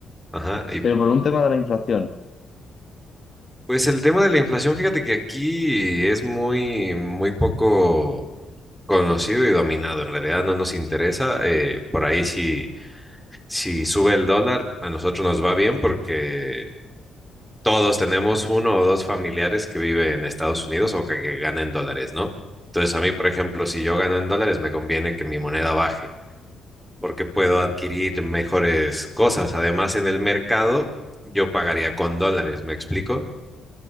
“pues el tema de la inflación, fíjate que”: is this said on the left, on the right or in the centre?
Centre